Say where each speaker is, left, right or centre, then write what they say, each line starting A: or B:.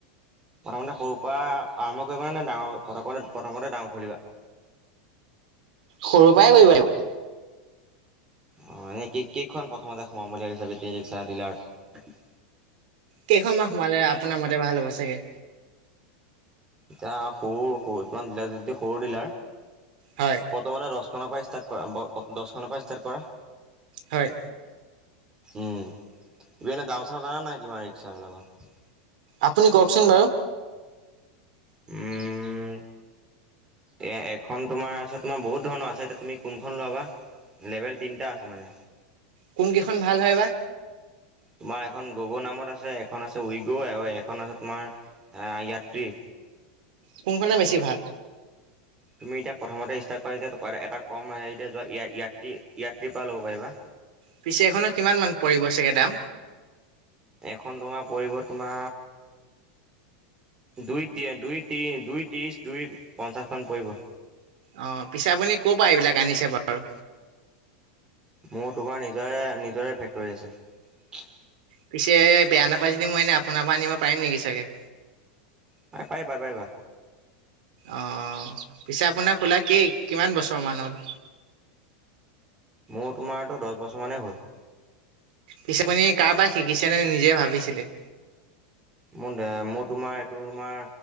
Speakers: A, on the right; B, on the right.
A: প্ৰথমতে সৰু পা আৰম্ভ কৰিবা নে ডাঙৰ প্ৰথমতে প্ৰথমতে ডাঙৰ খুলিবা
B: সৰুৰ পাই কৰিব লাগিব
A: অ এনে কে কেখন প্ৰথমতে সোমাম বুলি ভাবিছা বেটেৰী ৰিক্সা ডিলাৰত
B: কেইখন মান সোমালে আপোনাৰ মতে ভাল হ'ব চাগে
A: এতিয়া সৰু সৰু তোমাৰ ডিলাৰ যদি সৰু ডিলাৰ
B: হয়
A: প্ৰথমতে দছখনৰ পা ষ্টাৰ্ট হয় ব দছখনৰ পা ষ্টাৰ্ট কৰা
B: হয়।
A: উম তুমি এনে দাম চাম জানা নাই কিমান ৰিক্সা বিলাকৰ
B: আপুনি কওকচোন বাৰু।
A: উম। এ এখন তোমাৰ আছে তোমাৰ বহুত ধৰণৰ আছে এতিয়া তুমি কোনখন লবা। লেভেল তিনিটা আছে মানে।
B: কোন কেইখন ভাল হয় বা।
A: তোমাৰ এখন গগৈ নামত আছে এখন আছে উইগ এখন আছে তোমাৰ আহ য়াত্ৰী
B: কোনখনে বেছি ভাল?
A: তুমি এতিয়া প্ৰথমতে ষ্টাৰ্ট কৰা যেতিয়া ত কৰে এটা কম সেইতে যোৱা ই আই য়াত্ৰী য়াত্ৰীৰ পৰা ল'ব পাৰিবা।
B: পিছে এখনৰ কিমান মান পৰিব চাগে দাম?
A: এখন তোমাৰ পৰিব তোমা দুই দুতিয়া দুই ত্ৰিশ দুই পঞ্চাচমান পৰিব।
B: অ', পিছে আপুনি ক'ৰ পৰা এইবিলাক আনিছে বা
A: মোৰ তোমাৰ নিজৰে নিজৰে ফেক্টৰী আছে।
B: পিছে বেয়া নাপাই যদি মই এনে আপোনাৰ পৰা আনিব পাৰিম নেকি চাগে।
A: প পাৰিবা পাৰিবা।
B: অ', পিছে আপোনাৰ খোলা কি কিমান বছৰমান হ'ল?
A: মোৰ তোমাৰতো দহ বছৰ মানেই হ'ল।
B: পিছেপনি কাৰোবাক শিকিছে নে নিজে ভাবিছিলে।
A: মোৰ দে মই তোমাৰ এইটো তোমাৰ